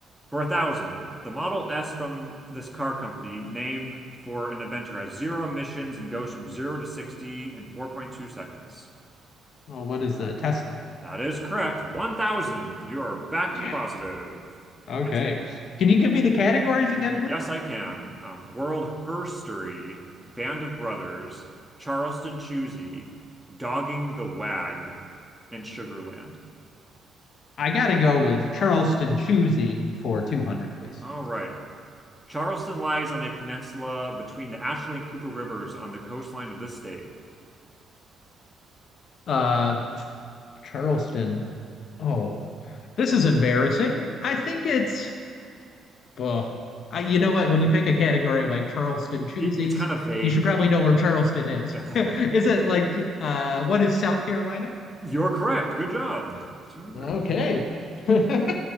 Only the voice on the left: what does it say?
Oh, what is a Tesla?
Yeah.
Okay.
Can you give me the categories again,
please?
I got to go with Charleston Choosy for 200, please.
Uh, Charleston. Oh, this is embarrassing. I think it's, well, I, you know what? When you pick a category like Charleston Choosies,
you should probably know where Charleston is.
<laughs> is it like, uh, what is South Carolina?
Okay. <laughs>